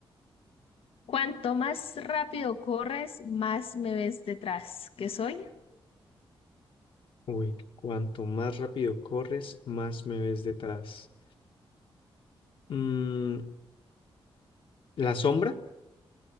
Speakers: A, on the left; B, on the left.
A: Cuanto más rápido corres, más me ves detrás. ¿Qué soy?
B: Uy, cuanto más rápido corres, más me ves detrás. Mm, ¿la sombra?